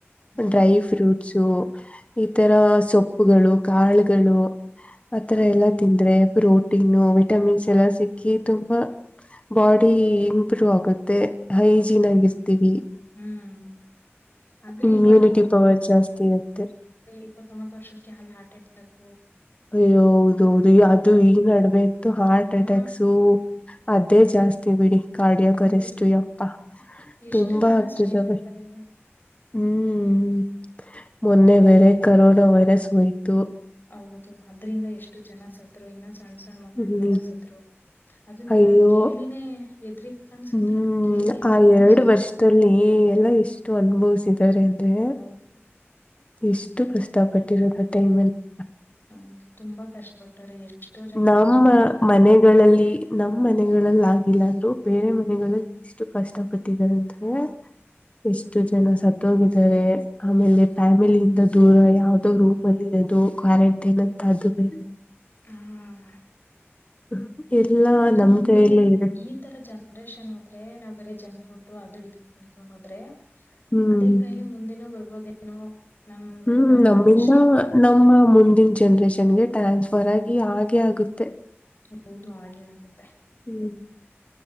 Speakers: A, on the left (about 50°); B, on the left (about 30°).
A: ಹಾ
B: ಡ್ರೈ ಫ್ರೂಟ್ಸು. ಈ ತರ ಸೊಪ್ಪುಗಳು ಕಾಳುಗಳು. ಆತರ
A: ಹಾ
B: ಎಲ್ಲಾ ತಿಂದ್ರೆ ಪ್ರೊಟೀನು ವಿಟಮಿನ್ಸ್ ಎಲ್ಲ ಸಿಕ್ಕಿ ತುಂಬಾ ಬಾಡಿ ಇಂಪ್ರೂವ್ ಆಗುತ್ತೆ. ಮತ್ತೆ ಹೈಜಿನಾಗಿರ್ತೀವಿ.
A: ಹೌದು ಹ್ಮ್ ಆದ್ರೆ
B: ಇಮ್ಯುನಿಟಿ
A: ಇವಾಗ
B: ಪವರ್ ಜಾಸ್ತಿ ಇರುತ್ತೆ.
A: ಇಪ್ಪತ್ತೊಂಬತ್ತು ವರ್ಷಕ್ಕೆ ಆಗಲೇ ಹಾರ್ಟ್ ಅಟ್ಯಾಕು.
B: ಅಯ್ಯ ಹೌದೌದು ಅದು ಈ ನಡುವೆ ಅಂತು ಹಾರ್ಟ್
A: ಹಾ
B: ಅಟ್ಯಾಕ್ಸು ಅ. ಅದೇ ಜಾಸ್ತಿ ಬಿಡಿ ಕಾಡ್ಯಕರೆಷ್ಟು
A: ಹೌದು
B: ಯಪ್ಪ
A: ಎಷ್ಟು
B: ತುಂಬಾ
A: ಜನ
B: ಆಗ್ತಿದವೆ.
A: ಸಾಯ್ತಾ ಇದ್ದಾರೆ ಈಗ
B: ಹ್ಮ್ ಮೊನ್ನೆ ಬೇರೆ ಕರೋನಾ ವೈರಸ್ ಹೋಯ್ತು.
A: ಹೌದು ಅದ್ರಿಂದ ಎಷ್ಟು ಜನ ಸತ್ರು ಇನ್ನ ಸಣ್ಣ ಸಣ್ಣ ಮಕ್ಕಳಳೆಲ್ಲ
B: ಹ್ಮ್
A: ಸತ್ರು. ಅದನ್ನ
B: ಅಯ್ಯೋ
A: ಕೇಳಿನೇ ಹೆದರಿಕೊಂಡ ಕಣಸತ್ರು
B: ಹ್ಮ್
A: ಅದನ್ನ ಕೇಳಿ ಹೆದರಿಕೊಂಡು
B: ಆ ಎರಡು
A: ಸತ್ರು.
B: ವರ್ಷದಲ್ಲಿ ಎಷ್ಟು ಅನುಭವಿಸಿದಿದ್ದಾರೆ ಅಂದ್ರೆ.
A: ಹೌದು
B: ಎಷ್ಟು ಕಷ್ಟ ಪಟ್ಟಿರೋದು ಟೈಮ್ ಅಲ್ಲಿ.
A: ಹೂ ತುಂಬಾ ಕಷ್ಟಪಟ್ಟಾರೆ ಎಷ್ಟೋ ಜನ
B: ನಮ್ಮ
A: ಮಕ್ಳಗ್ ಕಲ್ಕಂಡ್ರು.
B: ಮನೆಗಳಲ್ಲಿ ನಮ್ಮ್ ಮನೆಗಳಲ್ಲಿ ಆಗಿಲ್ಲ ಅಂದ್ರೂ ಬೇರೆ ಮನೆಗಳು ಎಷ್ಟು ಕಷ್ಟಟ್ಟ <unintelligible>
A: ಹಾ
B: <unintelligible> ಜನ ಸತ್ತೋಗಿದ್ದಾರೆ ಆಮೇಲೆ ಫ್ಯಾಮಿಲಿಯಿಂದ ದೂರ ಯಾವ್ದೋ ರೂಮ್ ಅಲ್ಲಿ ಇರೋದು. <unintelligible> ಅದು ಬೇರೆ.
A: ಹಾ
B: <unintelligible>
A: ಅದು
B: ನಮ್
A: ಮುಂದೆ
B: ಕೈಯಲ್ಲೇ ಇದೆ
A: ಈ ತರ ಜನರೇಷನ್ ಹೋದ್ರೆ ನಾವ್ ಬರೀ ಜಂಕ್ ಫುಡ್ ಅದು ಇದು ಅಕೊಂಡ ಆದ್ರೆ
B: ಹ್ಮ್
A: ಅದೇ ಕೈಲಿ ಮುಂದಿನೂ ಬರ್ಬೋದೇನೋ ನಮ್
B: ಹ್ಮ್
A: ಇನ್ನೊಂದ್
B: ನಮ್ಮಿಂದ
A: ಜನ್ರೇಷನ್ಗೆ
B: ನಮ್ಮ ಮುಂದಿನ ಜನ್ರೇಷನ್ಗೆ ಟ್ರಾನ್ಸ್ಫರ್ ಆಗಿ ಹಾಗೆ ಆಗುತ್ತೆ
A: ಹೌದು ಹಾಗೆ ಆಗುತ್ತೆ
B: ಹ್ಮ್